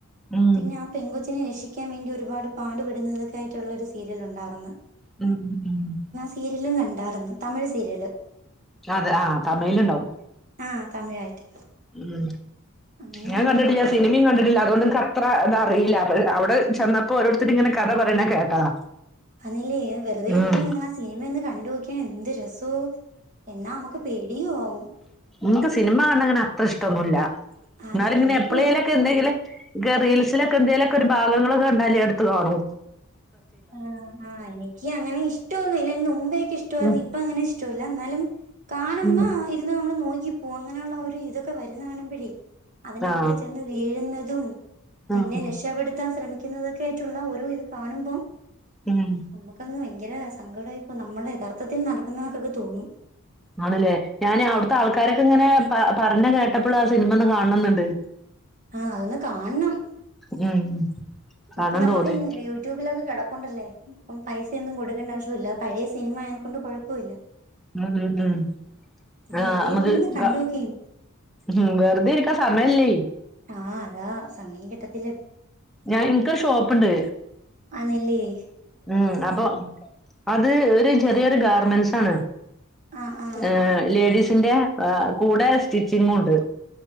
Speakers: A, in the centre; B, on the right (about 35°).
A: ഉം
B: പിന്നാ പെങ്കൊച്ചിനെ രക്ഷിക്കാൻ വേണ്ടി ഒരുപാട് പാടുപെടുന്നതെക്കായിട്ടുള്ള ഒരു സീരിയൽ ഒണ്ടാർന്ന്.
A: ഉം ഉം ഉംഹ്
B: രിയലും കണ്ടാർന്ന് തമിഴ് സീരിയല്
A: അതെ അ തമിഴിലിണ്ടാവും.
B: അഹ് തമിഴായിട്ട്.
A: ഉംഹ്
B: അങ്ങനെ
A: ഞാൻ കണ്ടിട്ട്യാ- സിനിമേം കണ്ടിട്ട്ല അതോണ്ട് ക്കത്ര അതറിയില്ലാത് അവിടെ ചെന്നപ്പോ ഓരോരുത്തരിങ്ങനെ കഥ പറയണ കേട്ടതാ
B: അതേലേ വെറ്തെ
A: ഉം
B: ഇരിക്കുമ്പ നിങ്ങളാ സിനിമ ഒന്ന് കണ്ടോക്ക്യാണ് എന്ത് രസോ. എന്നാമ്മക്ക് പേടിയുവാവും.
A: ന്ക്ക് സിനിമ കാണങ്ങനെ അത്ര ഇഷ്ട്ടൊന്നുല്ല
B: ആന്നല്ലേ
A: എന്നാലിങ്ങനെ
B: എനിക്ക്
A: എപ്പളേലെക്- എന്തെങ്കില് ഗ്റീൽസിലക്കെ എന്തെങ്കിലൊക്കെരു ഭാഗങ്ങളൊക്ക കണ്ടാല് എട്ത്ത് കാണു
B: ആഹ് ആ എനിക്ക് അങ്ങനെ ഇഷ്ട്ടൊന്നുല്ല ന്നുമ്പേക്കെ ഇഷ്ട്ടവായ്ര്ന്ന്
A: ഉം
B: ഇപ്പ അങ്ങനെ ഇഷ് ട്ടല്ലാ എന്നാലും കാണുമ്പാ
A: ഉം
B: ഇരുന്ന് നമ്മള് നോക്കിപ്പോവും അങ്ങനാ ഒള്ള ഒര് ഇത്- ക്കെ വര്ന്ന കാണുമ്പഴേ, അതിനകത്ത്
A: ആ
B: ചെന്ന് വീഴുന്നതും പിന്നെ
A: ഉം
B: രക്ഷപ്പെടുത്- ത്താൻ ശ്രമിക്കുന്നതൊക്കായിട്ട്ള്ള ഓരോ ഇത് കാണുമ്പം.
A: ഉം
B: നമ്മക്കങ്ങ് ഭയ്ങ്കരാ സങ്കടായിപ്പോ നമ്മടെ യഥാർത്ഥത്തിൽ നടക്കുന്നതൊക്കക്കെ തോന്നും.
A: ആണല്ലേ ഞാന് അവ്ട്ത്താൾക്കാരൊക്കെ ങ്ങനെ പറഞ്ഞ കേട്ടപ്പള് ആ സിൻമ ഒന്ന് കാണണന്ന്ണ്ട്.
B: ആഹ് അതൊന്ന് കാൺണം-
A: ഉം.. കാണാൻ
B: ഇപ്പൊ നമക്ക്
A: തോന്നി
B: യൂ - ട്യൂബിലക്കെ കെടപ്പോണ്ടല്ലേ ഇപ്പ പൈസയൊന്നും കൊടുക്കേണ്ട ആവശ്യോല്ല പഴേ സിനിമ അയെനെ കൊണ്ട് കൊഴപ്പൊല്ല.
A: ഉം ഉം ഉം ആഹ്
B: വെറുതെ
A: നമക്
B: ഇരിക്കുമ്പൊന്ന് കണ്ടു
A: കാ-
B: നോക്കേം
A: ഉം വെർതെ ഇരിക്കാൻ സമയ്ല്ലേ
B: ആ അതാ സമയം കിട്ടത്തില്ല
A: ഞാൻ ഇൻക്കൊര് ഷോപ്പ്ണ്ട്.
B: അന്നില്ല്യേ.
A: ഉം അപ്പൊ അത് ഒരു ചെറിയൊരു ഗാർമെന്റ്സ് ആണ്.
B: ആഹ് ആഹ്
A: ഏഹ് ലേഡീസിന്റെ കൂടെ സ്റ്റിച്ചിങ്ങുണ്ട്.